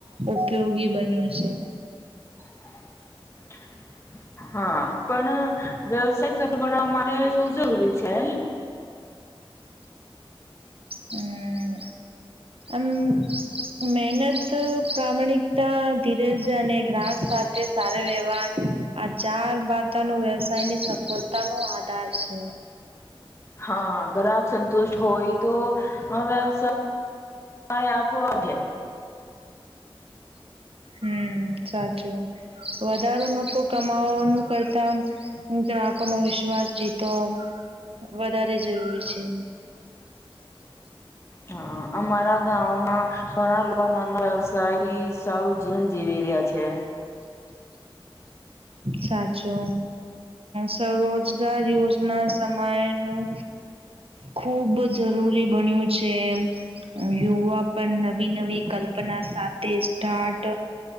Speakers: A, on the right; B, on the left.
A: ઉપયોગી બન્યું છે.
B: <inaudible> હા પણ વ્યવસાય સફળ બનાવા માટે જરૂરી છેને
A: હમ્મ મ મહેનત પ્રમાણિકતા ધીરજ અને ગ્રાહક સાથે સારો વ્યવહાર આ ચાર બાતા નો વ્યવસાય ની સફળતા નો આધાર છે.
B: હા ગ્રાહક સંતુષ્ટ હોય તો વ્યવસા હાઈ આપો આવે
A: હમ સાચું વધારો નફો કમાવાનું કરતા હુ ગ્રાહકો નો વિશ્વાસ જીતો વધારે જરૂરી છે.
B: હા અમારા ગાવ માં ઘણા લોકો નાના શાયરી સારું જીવન જીવી રહ્યા છે.
A: સાચો સ્વરોજગાર યોજના સમાયનું ખુબ જરૂરી બન્યું છે એમ યુવા પણ નવી નવી કલ્પના સાથે સ્ટાર્ટ